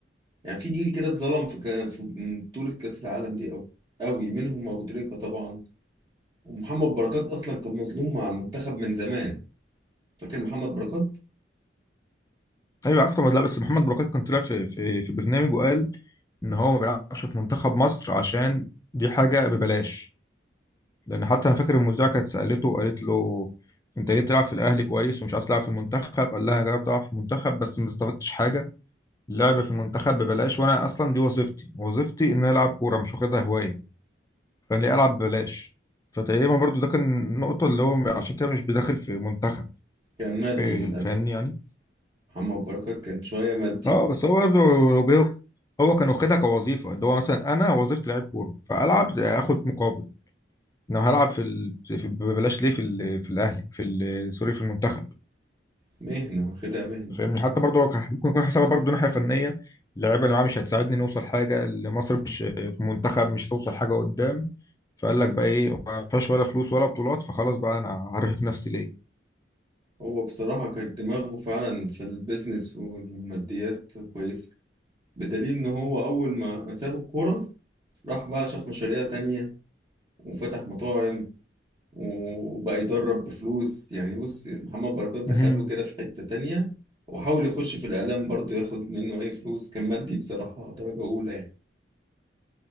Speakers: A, on the right; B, on the left.
A: يعني في جيل كده اتظلم في, ك... في بطولة كأس العالم دي أوي أوي منهم أبو تريكة طبعا ومحمد بركات أصلا كان مظلوم مع المنتخب من زمان فاكر محمد بركات
B: ايوه عارف طبعا لا بس محمد بركات كان طلع في في في برنامج وقال ان هو ما بيلعبش في منتخب مصر عشان دي حاجه ببلاش لان حتى انا فاكر المذيعه كانت سالته وقالت له انت ليه بتلعب في الاهلي كويس ومش عايز تلعب في المنتخب قال لها انا جربت العب في المنتخب بس ما استفدتش حاجه اللعب في المنتخب ببلاش وانا اصلا دي وظيفتي وظيفتي ان انا العب كوره مش واخدها هوايه فانا ليه العب ببلاش فتقريبا برضو ده كان النقطه اللي هو عشان كده مش بداخل في منتخب
A: كان مادي
B: إيه،
A: للأسف
B: فاهمني يعني
A: محمد بركات كان شوية مادي
B: اه بس هو برضه لو بي- هو كان واخدها كوظيفه اللي هو مثلا انا وظيفتي لعيب كوره فالعب اخد مقابل انا هلعب في, ال... في ببلاش ليه في ال... في الاهلي في ال... سوري في المنتخب
A: مهنة واخدها مهنة
B: فاهمني حتى برضه هو كان ممكن يكون حسابها برضه ناحيه فنيه اللعيبه اللي معاه مش هتساعدني نوصل حاجه اللي مصر مش في المنتخب مش هتوصل حاجه قدام فقال لك بقى ايه ما فيهاش ولا فلوس ولا بطولات فخلاص بقى انا هرهق نفسي ليه
A: هو بصراحة كان دماغه فعلا في البيزنس والماديات كويسة بدليل إن هو أول ما ساب الكورة راح بقى شاف مشاريع تانية وفتح مطاعم وبقى يدرب بفلوس يعني بص محمد بركات دخله
B: مهم.
A: كده في حتة تانية وحاول يخش في الإعلام برضه ياخد منه أي فلوس كان مادي بصراحة درجة أولى يعني